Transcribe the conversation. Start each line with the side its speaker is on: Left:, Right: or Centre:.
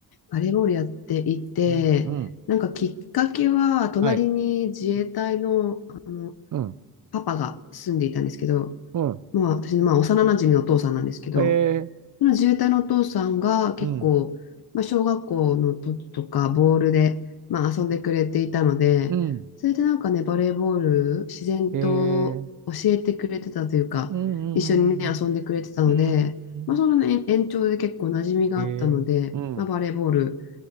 Left: バレーボールやっていて、
Right: うん、うん。
Left: なんかきっかけは、隣に自衛隊の、
Right: はい。
Left: あの
Right: うん、
Left: パパが住んでいたんですけど、
Right: うん。
Left: まあ、私のまあ幼なじみのお父さんなんですけど、
Right: えー、
Left: その自衛隊のお父さんが結構、
Right: うん、
Left: まあ、小学校の時とかボールで、まあ、遊んでくれていたので、
Right: うん、
Left: それでなんかね、バレーボール自然と教えてくれてたというか、
Right: えー、うん、
Left: 一緒にね、
Right: うん、
Left: 遊んでくれてたので、
Right: うん、
Left: まあ、その、ね、延長で結構馴染みがあったので、
Right: えー、うん、
Left: まあ、バレーボール